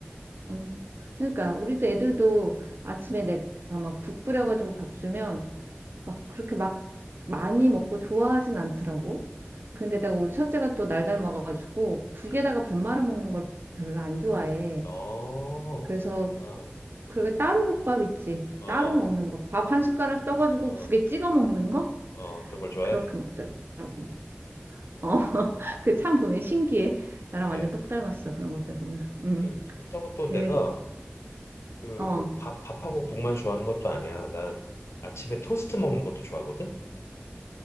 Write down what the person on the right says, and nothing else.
음.
그러니까 우리도 애들도 아침에 내가 막 국 끓여가지고 밥 주면
막 그렇게 막 많이 먹고 좋아하진 않더라고.
근데다가 우리 첫째가 또 날달 먹어가지고 국에다가
밥 말아 먹는 걸 별로 안 좋아해.
그래서
그리고 따로 국밥 있지.
따로 먹는 거. 밥 한 숟가락 떠가지고
국에 찍어 먹는 거?
그렇게 먹더라고.
어, <laughs> 그 참 보면 신기해. 나랑
완전 똑 닮았어. 그런 것들 보면. 음.
그,
어.